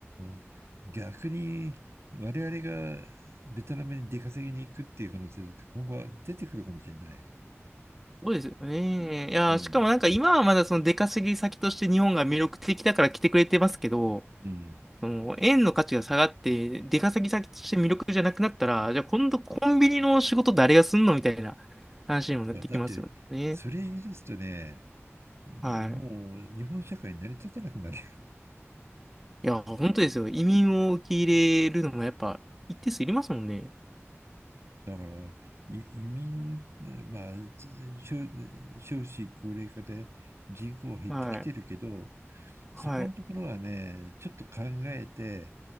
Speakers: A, on the right; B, in the centre.
A: ー逆に我々がベトナムに出稼ぎに行くっていう可能性だって今後は出てくるかもしれないよ。
B: ごいですよね。いやー、
A: うん。
B: しかもなんか今はまだその出稼ぎ先として日本が魅力的だから来てくれてますけど、
A: うん。
B: その円の価値が下がって、出稼ぎ先として魅力じゃなくなったら、じゃあ今度コンビニの仕事誰がすんのみたいな話にもなってきますよね。
A: いやだって、それ言い出すとね、もう日本社会に成り立たなくなる
B: はい。いやー、本当ですよ。移民を受け入れるのもやっぱ一定数いりますもんね。
A: だから、い移民、まあ、少少子高齢化で人口減ってきてるけど、
B: はい。はい。
A: そこのところはね、ちょっと考えて、